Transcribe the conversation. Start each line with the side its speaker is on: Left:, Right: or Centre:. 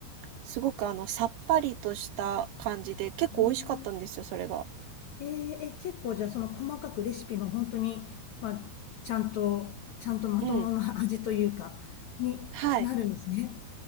Right: すごくあの、さっぱりとした感じで、結構美味しかったんですよ、
Left: うん。
Right: それが。
Left: えーえ、結構じゃあその細かくレシピも本当に、まあ、ちゃんと、ちゃんとまともな味というか、
Right: うん。
Left: になるんですね。
Right: はい。